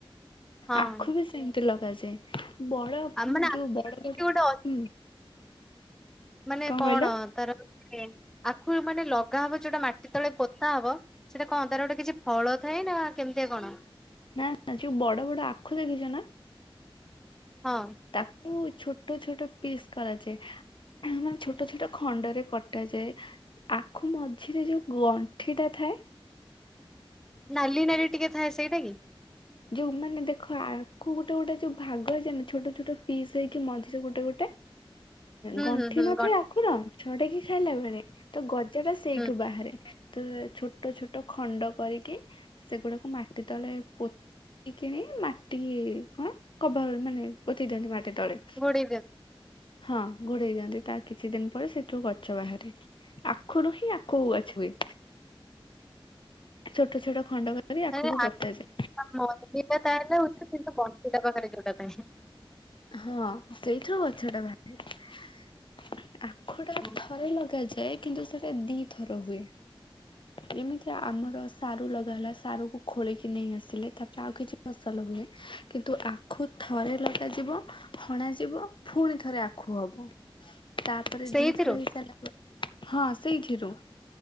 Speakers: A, in the centre; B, on the left.
A: ହଁ
B: ଆଖୁ ବି ସେମିତି ଲଗାଯାଏ। ବଡ ଉଁ
A: ଆ ମାନେ
B: ଯୋଉ ବଡ
A: ଆଖୁ
B: ବଡ
A: ଗୋଟେ
B: ଉଁ।
A: ମାନେ କଣ
B: କହିଲ
A: ତାର ଆଖୁ ମାନେ ଲଗା ହବ ଯୋଉଟା ମାଟି ତଳେ ପୋତା ହବ ସେଟା କଣ ତାର ଗୋଟେ କିଛି ଫଳ ଥାଏ ନା କେମିତିଆ କଣ?
B: ନା ନା ଯୋଉ ବଡ ବଡ ଆଖୁ ଦେଖିଛ ନା?
A: ହଁ।
B: ତାକୁ ଛୋଟ ଛୋଟ ପିସ୍ କରାଯାଏ। ମାନେ ଛୋଟ ଛୋଟ ଖଣ୍ଡରେ କଟାଯାଏ। ଆଖୁ ମଝିରେ ଯୋଉ ଗଣ୍ଠିଟା ଥାଏ।
A: ନାଲି ନାଲି ଟିକେ ଥାଏ ସେଇଟା କି?
B: ଯୋଉ ମାନେ ଦେଖ ଆଖୁ ଗୋଟେ ଗୋଟେ ଯୋଉ ଭାଗ ହେଇଯାଏ ନି ଛୋଟ ଛୋଟ ପିସ୍ ହେଇକି ମଝିରେ ଗୋଟେ ଗୋଟେ।
A: ହୁଁ
B: ଗଣ୍ଠି
A: ହୁଁ ହୁଁ
B: ନଥାଏ
A: ଗ
B: ଆଖୁର। ଛଡେଇକି ଖାଇଲା ବେଳେ। ତ ଗଜା ଟା ସେଇଠୁ
A: ହୁଁ
B: ବାହାରେ। ତ ଛୋଟ ଛୋଟ ଖଣ୍ଡ କରିକି ସେଗୁଡାକୁ ମାଟି ତଳେ ପୋ କଣ କଭର୍ ମାନେ ପୋତି ଦିଅନ୍ତି ମାଟି ତଳେ।
A: ଘୋଡେଇ ଦିଅନ୍ତି
B: ହଁ ଘୋଡେଇ ଦିଅନ୍ତି। ତା କିଛି ଦିନ ପରେ ସେଠୁ ଗଛ ବାହାରେ। ଆଖରୁ ହିଁ ଆଖୁ ଗଛ ହୁଏ।
A: ?
B: ଛୋଟ ଛୋଟ ଖଣ୍ଡ କରି ଆଖୁକୁ
A: <unintelligible>
B: ପୋତାଯାଏ।
A: ପାଖରେ ଯୋଉଟା ପାଇଁ।
B: ହଁ ସେଇଥିରୁ ଗଛ ଟା ବାହାରେ ଆଖୁ ଟା
A: ହଁ।
B: ଥରେ ଲଗାଯାଏ କିନ୍ତୁ ସେଟା ଦି ଥର ହୁଏ। ଯେମିତି ଆମର ସାରୁ ଲଗାହେଲା ସାରକୁ ଖୋଳିକି ନେଇ ଆସିଲେ ତାପରେ ଆଉ କିଛି ଫସଲ ହୁଏ କିନ୍ତୁ ଆଖୁ ଥରେ ଲ ଯିବ ହଣାଯିବ ପୁଣି ଥରେ ଆଖୁ ହବ। ତାପରେ
A: ସେଇଥିରୁ
B: ଦିଥର ହେଇ ସାରିଲା ପରେ ହଁ ସେଇଥିରୁ।